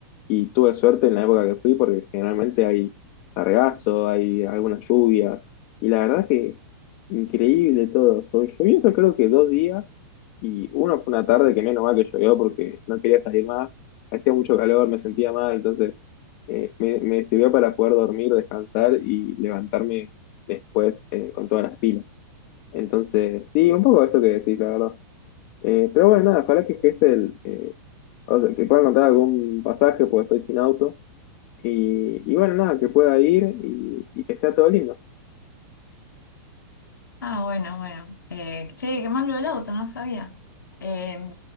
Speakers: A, on the left; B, on the left.
A: y tuve suerte en la época que fui porque generalmente hay sargazo, hay algunas lluvias y la verdad que increíble todo. Llo- Llovió Yo creo que dos días y uno fue una tarde que menos mal que llovió porque no quería salir más, hacía mucho calor, me sentía mal, entonces eh, me, me sirvió para poder dormir, descansar y levantarme después eh, con todas las pilas. Entonces, sí, un poco esto que decís, la verdad. Eh, pero bueno, nada, ojalá que, que es el, eh, o sea, que pueda encontrar algún pasaje porque estoy sin auto. Y, y bueno, nada, que pueda ir y, y que sea todo lindo.
B: Ah, bueno, bueno. Eh, che, qué mal lo del auto, no sabía. Eh,